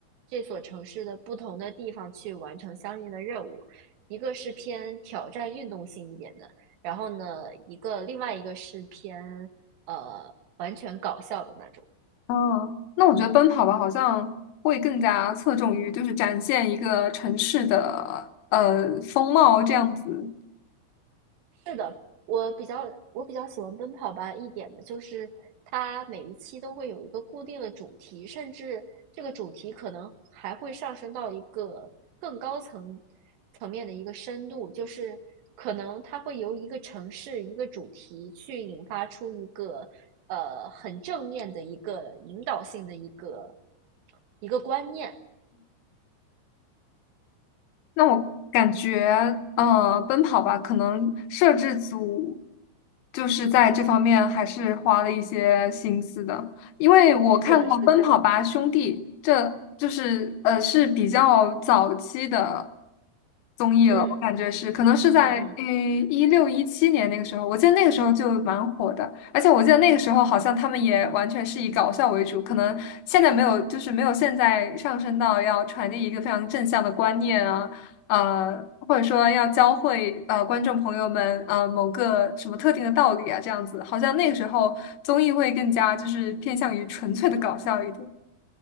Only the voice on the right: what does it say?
这所城市的不同的地方去完成相应的任务。一个是偏挑战运动性一点的，然后呢，一个另外一个是偏呃完全搞笑的那种。
是的，我比较我比较喜欢奔跑吧一点的就是它每一期都会有一个固定的主题，甚至这个主题可能还会上升到一个更高层层面的一个深度，就是可能它会由一个城市一个主题去引发出一个呃很正面的一个引导性的一个一个观念。
是的，是的，
嗯
嗯嗯。